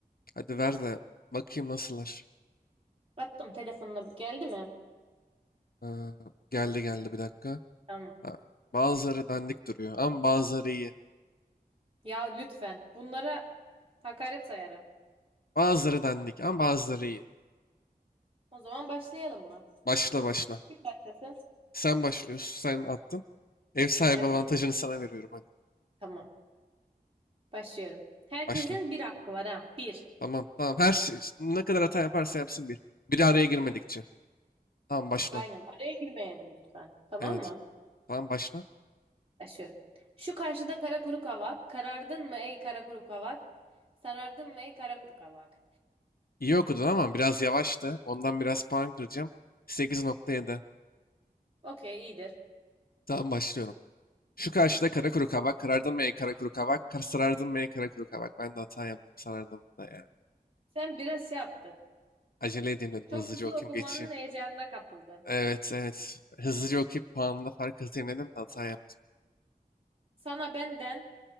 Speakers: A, on the left (about 70°); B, on the right (about 35°).
A: Hadi ver de bakayım nasıllar.
B: Attım telefonuna. Geldi mi?
A: Ee, geldi geldi bir dakika.
B: Tamam.
A: Ha, bazıları dandik duruyor ama bazıları iyi.
B: Ya lütfen. Bunlara hakaret sayarım.
A: Bazıları dandik ama bazıları iyi.
B: O zaman başlayalım mı?
A: Başla başla.
B: Kim başlasın?
A: Sen başlıyorsun. Sen attın. Ev sahibi
B: İyi hadi.
A: avantajını sana veriyorum hadi.
B: Tamam. Başlıyorum. Herkesin
A: Başla.
B: bir hakkı var ha. Bir.
A: Tamam tamam. Her şey, ne kadar hata yaparsa yapsın bir. Biri araya girmedikçe. Tamam başla.
B: Aynen. Araya girmeyelim lütfen. Tamam
A: Evet.
B: mı?
A: Tamam başla.
B: Aşıyorum. Şu karşıda kara kuru kavak. Karardın mı ey kara kuru kavak? Sarardın mı ey kara kuru kavak?
A: İyi okudun ama biraz yavaştı. Ondan biraz puan kıracağım. 8.7.
B: Okey iyidir.
A: Tamam başlıyorum. Şu karşıda kara kuru kavak. Karardın mı ey kara kuru kavak? Kar sarardın mı ey kara kuru kavak? Ben de hata yaptım sarardım bu da ya.
B: Sen biraz şey yaptın.
A: Acele edeyim dedim.
B: Çok
A: Hızlıca
B: hızlı
A: okuyayım
B: okumanın
A: geçeyim.
B: heyecanına kapıldın.
A: Evet evet. Hızlıca okuyup puanımda fark atayım dedim de hata yaptım.
B: Sana benden